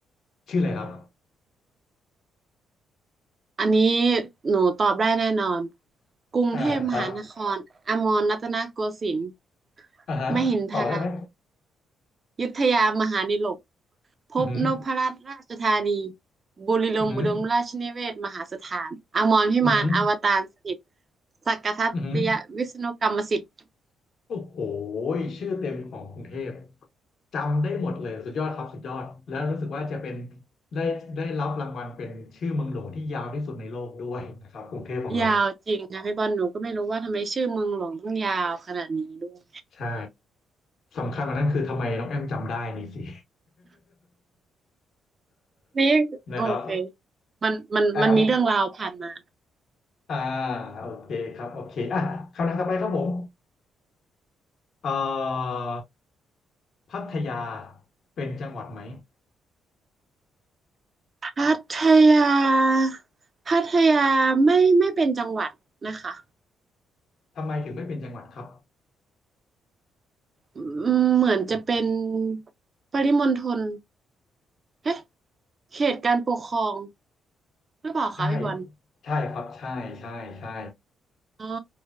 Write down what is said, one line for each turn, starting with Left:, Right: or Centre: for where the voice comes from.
Left: ชื่ออะไรครับ
Right: อันนี้หนูตอบได้แน่นอนกรุงเทพมหานครอมรรัตนโกสินทร์
Left: อ่าครับอ่าฮะต่อได้ไหม
Right: มหินทรายุทธยามหานิลก พบนพรัตน์ราชธานี
Left: อือหือ
Right: บุรีลมย์อุดมราชนิเวศน์มหาสถานอมรพิมานอวตารสถิต
Left: อือหือ อือหือ
Right: สักกทัตติยวิษณุกรรมสิทธิ์
Left: อือหือโอ้โหชื่อเต็มของกรุงเทพจำได้หมดเลยสุดยอดครับสุดยอดแล้วรู้สึกว่าจะเป็นได้ได้รับรางวัลเป็นชื่อเมืองหลวงที่ยาวที่สุดในโลกด้วยนะครับกรุงเทพของเรา
Right: ยาวจริงนะพี่บอลหนูก็ไม่รู้ว่าทำไมชื่อเมืองหลวงต้องยาวขนาดนี้ด้วย
Left: ใช่สำคัญกว่านั้นคือทำไมน้องแอมจำได้นี่สิ
Right: นี่โอเค
Left: <laughs> นะครับ
Right: มันมันมันมีเรื่องราวผ่านมา
Left: แล้วอ่าโอเคครับโอเคอ่ะคำถามต่อไปครับผมเอ่อพัทยาเป็นจังหวัดไหม
Right: พัทยาพัทยาไม่ไม่เป็นจังหวัดนะคะ
Left: ทำไมถึงไม่เป็นจังหวัดครับ
Right: อืมเหมือนจะเป็นปริมณฑลเอ๊ะเขตการปกครอง หรือเปล่าคะพี่บอล
Left: ใช่ใช่ครับใช่ใช่ใช่
Right: อ๋อ